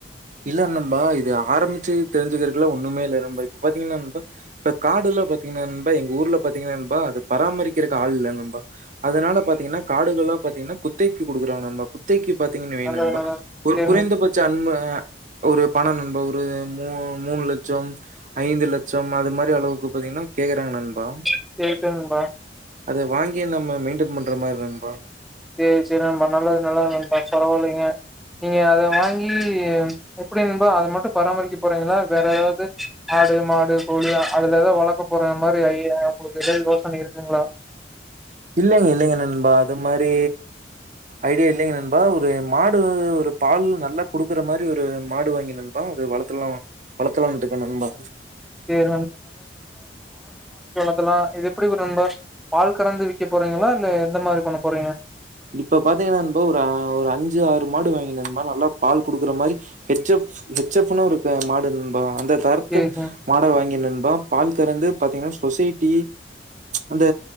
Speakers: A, on the right; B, in the centre.
A: இல்ல நண்பா இது ஆரம்பிச்சு தெரிஞ்சுக்குறதுக்குலா ஒண்ணுமே இல்ல நண்பா இப்ப பாத்தீங்கன்னா நண்பா இப்ப காடெல்லா பாத்தீங்கன்னா நண்பா எங்க ஊர்ல பாத்தீங்கன்னா நண்பா அது பராமரிக்கிறக்கு ஆள் இல்ல நண்பா அதனால பாத்தீங்கன்னா காடுகள்ல்லா பாத்தீங்கன்னா குத்தைக்கு குடுக்குறாங்க நண்பா குத்தைைக்கு பாத் திங்னா வெயிங்
B: நல்லது
A: நண்பா
B: நல்லது
A: ஒரு
B: சேரி
A: குறைந்தபட்ச அன்ப ஒரு பணம் நண்பா ஒரு மூ மூணு லட்சம் ஐந்து லட்சம் அது மாரி அளவுக்கு பாத்தீங்கன்னா கேக்குறாங்க நண்பா
B: சேர் சேர் நண்பா
A: அத வாங்கி நம்ம மெயின்டென் பண்ற மாரி நண்பா
B: சேர் சேர் நண்பா நல்லது நல்லது நண்பா பரவால்லைங்க நீங்க அத வாங்கி எப்டி நண்பா அத மட்டு பராமரிக்கப் போறீங்களா வேற ஏதாவது ஆடு மாடு கோழி அதுல எது வளக்க போற மார் எது ஐடியா குடுக்குறக்கு உங்களுக்கு யோசனை இருக்குங்களா
A: இல்லைங்க இல்லைங்க நண்பா அது மாரி ஐடியா இல்லைங்க நண்பா ஒரு மாடு ஒரு பால் நல்லா குடுக்குற மாரி ஒரு மாடு வாங்கி நண்பா அது வளத்துலா வளத்துலான்ட்டு இருக்க நண்பா
B: சேரி இப்பல்லா இது எப்டி ஒரு நண்பா பால் கறந்து விக்க போறீங்களா இல்ல எந்த மாரி பண்ண போறீங்க
A: இப்ப பாத்தீங்கன்னான்பா ஃப்ரோ ஒரு ஒரு அஞ்சு ஆறு மாடு வாங்கி நண்பா நல்லா பால் குடுக்குற மாரி ஹெச்எப் ஹெச்எப்ன்னு ஒரு மாடு இருக்கு நண்பா அந்த தரத்து
B: சேரி
A: மாட வாங்கி நண் பா பால் கறந்து பாத்தீங்கன்னா சொசைட்டி ச் அந்த